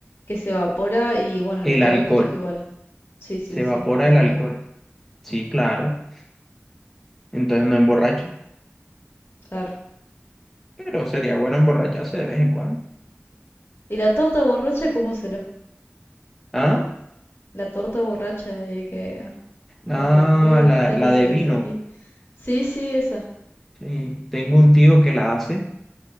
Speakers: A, on the left (about 60°); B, in the centre.
A: que se evapora y bueno,
B: El
A: le queda
B: alcohol.
A: el gustito igual. Sí, sí,
B: Se evapora
A: sí, el
B: el
A: alcohol,
B: alcohol. Sí, claro. Entonces no emborracha.
A: claro.
B: Pero sería bueno emborracharse de vez en cuando.
A: ¿Y la torta borracha cómo será?
B: ¿Ah?
A: La torta borracha, eh, que...
B: Ah,
A: ah, por ejemplo, hay una
B: la,
A: torta
B: la
A: que se
B: de
A: le
B: vino.
A: dice aquí. Sí, sí, esa.
B: Sí, tengo un tío que la hace.